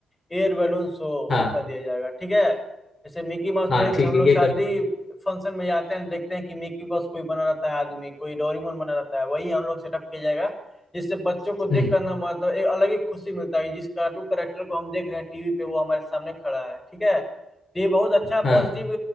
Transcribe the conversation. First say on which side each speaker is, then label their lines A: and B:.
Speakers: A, on the left; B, on the left.
A: एयर बैलून शो
B: हाँ
A: वो कर दिया जाएगा ठीक है जैसे मिकी माउस
B: हाँ
A: जैसे
B: ठीक
A: हम
B: है
A: लोग
B: ये
A: शादी
B: कर
A: फंक्शन में जाते हैं देखते हैं कि मिकी माउस कोई बना रहता है आदमी कोई डोरीमोन बना रहता है वही हम लोग सेटअप किया जाएगा जिससे बच्चों को देख
B: हम्म
A: करना मतलब एक अलग ही खुशी मिलता है जिस कार्टून करेक्टर को हम देख रहे हैं टीवी पे वो हमारे सामने खड़ा है ठीक है तो ये बहुत अच्छा
B: हाँ
A: पॉजिटिव